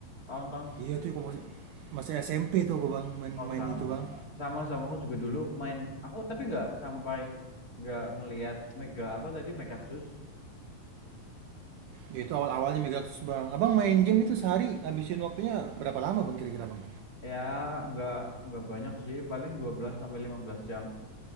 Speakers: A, on the left (about 25°); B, on the right (about 75°).
A: tahun-tahun segitu
B: Iya tuh aku masih,
A: lah
B: masih SMP tuh aku Bang main-main
A: oh sama
B: itu Bang.
A: sama sama aku juga dulu main aku tapi nggak sampai nggak ngelihat mega apa tadi Megaxus
B: Ya itu awal-awalnya Megaxus Bang. Abang main game itu sehari habisin waktunya berapa lama Bang kira-kira Bang?
A: ya nggak nggak banyak sih paling 12 sampai lima belas jam